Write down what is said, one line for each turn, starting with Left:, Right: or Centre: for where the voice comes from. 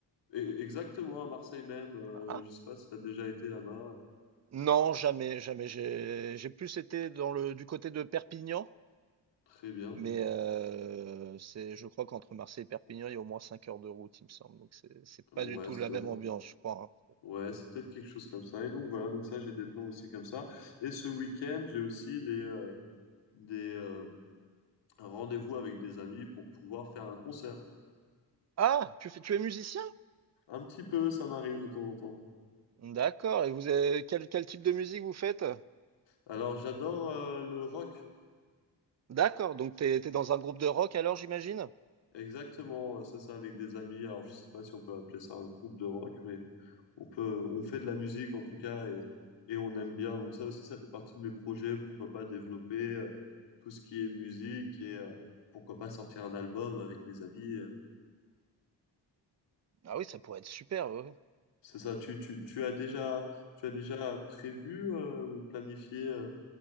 Left: Et, exactement, à Marseille même. euh,
Right: Ah,
Left: je sais pas si tu as déjà été là-bas.
Right: Non, jamais, jamais. J'ai j'ai plus été dans le du côté de Perpignan,
Left: Très bien.
Right: mais euh, c'est, je crois qu'entre Marseille et Perpignan, il y a au moins 5 heures de route, il me semble. Donc c'est c'est
Left: Ouais,
Right: pas du tout
Left: ça
Right: la
Left: doit
Right: même
Left: être.
Right: ambiance, je crois. hein.
Left: Ouais, c'est peut-être quelque chose comme ça. Et donc voilà, donc ça, j'ai des plans aussi comme ça. Et ce week-end, j'ai aussi des, euh, des euh, un rendez-vous avec des amis pour pouvoir faire un concert.
Right: Ah, tu fais, tu es musicien?
Left: Un petit peu, ça m'arrive de temps en temps.
Right: D'accord. Et vous avez, quel, quel type de musique vous faites?
Left: Alors, j'adore euh, le rock.
Right: D'accord. Donc t'es t'es dans un groupe de rock alors, j'imagine?
Left: Exactement, euh, c'est ça, avec des amis. Alors, je sais pas si on peut appeler ça un groupe de rock, mais on peut, on fait de la musique en tout cas et, et on aime bien. Donc ça aussi, ça fait partie de mes projets. Pourquoi pas développer euh, tout ce qui est musique et euh, pourquoi pas sortir un album avec mes amis. euh.
Right: Ah oui, ça pourrait être super. ouais. ouais.
Left: C'est ça. Tu, tu, tu as déjà, tu as déjà prévu euh, ou planifié euh,